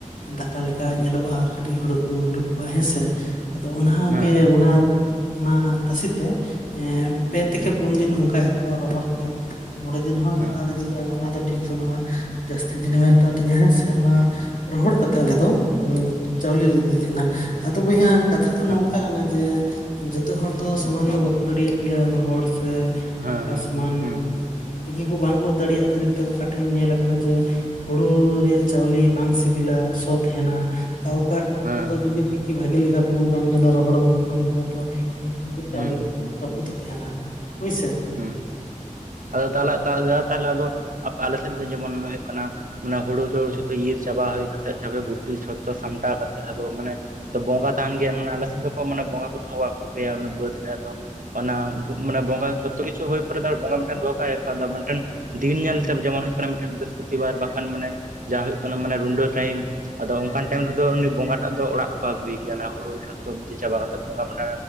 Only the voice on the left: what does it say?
ᱫᱟᱠᱟ ᱞᱮᱠᱟ ᱦᱚᱸ
ᱧᱮᱞᱚᱜ-ᱟ ᱠᱟᱹᱴᱤᱡ ᱦᱩᱲᱩ ᱠᱚ ᱩᱰᱩᱠ ᱠᱚᱜ-ᱟ ᱦᱮᱸᱥᱮ ᱟᱫᱚ ᱚᱱᱟᱜᱮ
ᱚᱱᱟ ᱚᱱᱟ ᱛᱟᱥᱤᱛᱮ ᱮᱸ ᱯᱮ
ᱛᱷᱮᱠᱮ ᱯᱩᱱ ᱫᱤᱱ ᱚᱱᱠᱟᱭ ᱦᱟᱛᱟᱣᱟ ᱨᱚᱦᱚᱲᱛᱮ, ᱢᱚᱬᱮ ᱫᱤᱱ ᱦᱚᱸᱭ
ᱦᱟᱛᱟᱣ
ᱫᱟᱲᱮᱭᱟᱜ-ᱟ ᱚᱱᱟ ᱫᱚ ᱴᱷᱤᱠ ᱵᱟᱹᱱᱩᱜ-ᱟ᱾ ᱡᱟᱹᱥᱛᱤ ᱫᱤᱱ ᱦᱚᱸᱭ ᱦᱟᱛᱟᱣ ᱫᱟᱲᱮᱟᱭ ᱦᱮᱸ ᱥᱮ ᱚᱱᱟ ᱨᱚᱦᱚᱲ ᱠᱟᱛᱮᱜ
ᱟᱞᱮ
ᱫᱚ ᱦᱸ ᱪᱟᱣᱞᱤ ᱞᱮ ᱤᱫᱤ ᱛᱟᱦᱮᱱᱟ ᱟᱫᱚ ᱵᱚᱭᱦᱟ ᱠᱟᱛᱷᱟ ᱫᱚ
ᱱᱚᱝᱠᱟ ᱠᱟᱱᱟ ᱡᱮ ᱡᱚᱛᱚ ᱦᱚᱲ ᱫᱚ ᱥᱚᱢᱟᱱ
ᱫᱚ ᱵᱟᱹᱠᱩ ᱫᱟᱲᱮᱭᱟᱜ ᱜᱮᱭᱟ ᱨᱚᱦᱚᱲ ᱥᱮ
ᱚᱱᱠᱟ
ᱥᱚᱢᱟᱱ ᱛᱤᱠᱤ ᱠᱚ ᱵᱟᱝ ᱠᱚ ᱫᱟᱲᱮᱭᱟᱜ ᱠᱷᱟᱹᱛᱤᱨ ᱛᱮ ᱚᱠᱟᱴᱷᱮᱱ ᱧᱮᱞ ᱟᱠᱟᱱᱟ ᱡᱮ ᱦᱩᱲᱳ ᱨᱮᱜ ᱪᱟᱣᱞᱮ ᱵᱟᱝ ᱥᱤᱵᱤᱞᱟ ᱥᱚ ᱛᱮᱦᱮᱱᱟ ᱚᱠᱟ ᱚᱠᱛᱚ
ᱫᱚ ᱡᱩᱫᱤ ᱛᱤᱠᱤ ᱵᱷᱟᱜᱮ ᱞᱮᱠᱟ ᱵᱟᱠᱚ ᱜᱟᱱ ᱠᱟᱫᱟ ᱨᱚᱦᱚᱲ ᱵᱟᱠᱚ ᱜᱟᱱ ᱠᱟᱜ-ᱟ ᱛᱚ ᱮᱱᱠᱷᱟᱱ ᱪᱟᱣᱞᱮ
ᱠᱩ ᱨᱟᱹᱯᱩᱫᱚᱜ ᱛᱟᱦᱮᱱᱟ ᱦᱳᱭᱥᱮ,